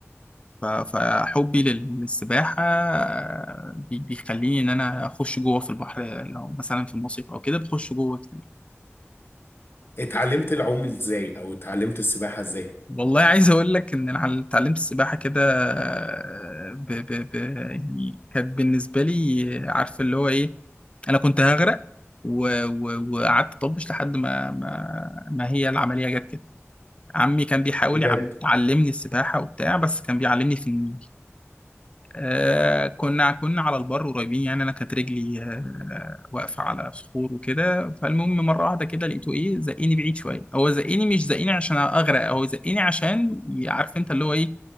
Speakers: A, on the left (about 25°); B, on the left (about 55°).
A: ف- فحبي لل- للسباحة آه، بي- بيخليني إن أنا أخش جوه في البحر لو مثلا في المصيف أو كده بخش جوه كتير.
B: اتعلمت العوم ازاي او اتعلمت السباحة ازاي
A: والله عايز أقول لك إن أنا عل- اتعلمت السباحة كده آه، ب ب ب يعني كانت بالنسبة لي آه، عارف اللي هو إيه أنا كنت هغرق و- و- وقعدت طبش لحد ما ما ما هي العملية جت كده عمي كان بيحاول
B: بجد
A: يعم- يعلمني السباحة وبتاع بس كان بيعلمني في النيل آه كنا كنا على البر قريبين يعني انا كانت رجلي آه واقفه على صخور وكده فالمهم مره واحده كده لقيته ايه زقني بعيد شويه هو زقني مش زقني عشان اغرق هو زقني عشان ي- عارف انت اللي هو ايه